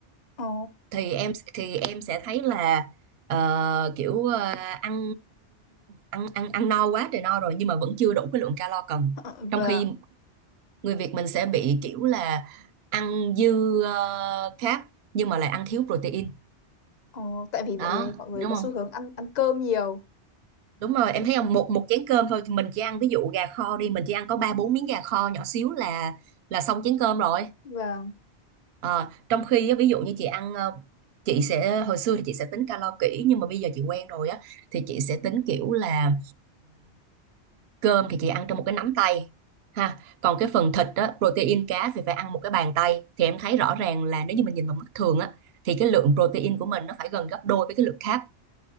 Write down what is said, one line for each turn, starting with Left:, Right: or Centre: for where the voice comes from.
Left: ờ,
Right: thì em thì em sẽ thấy là ờ, kiểu ờ, ăn ăn ăn ăn no quá trời no rồi nhưng mà vẫn chưa đủ cái lượng calo cần.
Left: ờ, và
Right: Trong khi người Việt mình sẽ bị kiểu là ăn dư ờ, carb nhưng mà lại ăn thiếu protein
Left: ờ, tại vì
Right: đó
Left: mọi người mọi người
Right: đúng
Left: có
Right: không
Left: xu hướng ăn ăn cơm nhiều
Right: đúng rồi em thấy không một một chén cơm thôi mình chỉ ăn ví dụ gà kho đi mình chỉ ăn có ba bốn miếng gà kho nhỏ xíu là là xong chén cơm rồi
Left: và
Right: Ờ, trong khi á, ví dụ như chị ăn ờ, chị sẽ hồi xưa thì chị sẽ tính calo kỹ nhưng mà bây giờ chị quen rồi á thì chị sẽ tính kiểu là cơm thì chị ăn trong một cái nắm tay ha còn cái phần thịt á protein cá thì phải ăn một cái bàn tay thì em thấy rõ ràng là nếu như mình nhìn bằng mắt thường á thì cái lượng protein của mình nó phải gần gấp đôi với cái lượng carb